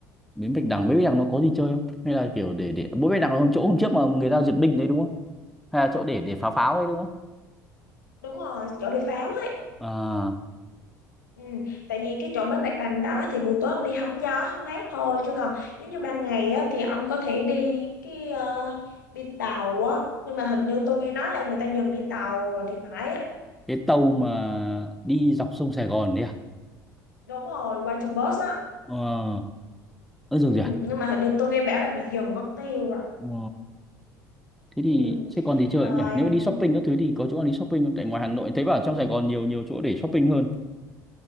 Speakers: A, in the centre; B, on the left.
A: Bến Bạch Đằng, Bến Bạch Đằng nó có gì chơi không? Hay là kiểu để để Bến Bạch Đằng là hôm chỗ hôm trước mà người ta duyệt binh đấy đúng không? Hay là chỗ để để phá pháo đấy đúng không?
B: đúng rồi chỗ đi pháo
A: À
B: Ừ, tại vì cái chỗ bến Bạch Đằng đó thì buổi tối ông đi hóng gió hóng mát thôi chứ còn nếu như ban ngày á, thì ông có thể đi cái ờ, đi tàu á nhưng mà hình như tôi nghe nói là người ta dừng đi tàu rồi thì phải á.
A: cái tàu mà đi dọc sông Sài Gòn đấy à
B: Đúng rồi water bus á
A: ờ ơ dường
B: ừ,
A: gì à
B: nhưng mà hình như tôi nghe bảo là bị dừng mất tiêu rồi
A: ờ thế
B: ừ,
A: thì sẽ còn gì chơi
B: rồi
A: không nhỉ nếu mà đi shopping
B: ừ,
A: các thứ thì có chỗ nào đi shopping không tại ngoài Hà Nội thấy bảo trong Sài Gòn nhiều nhiều chỗ để shopping hơn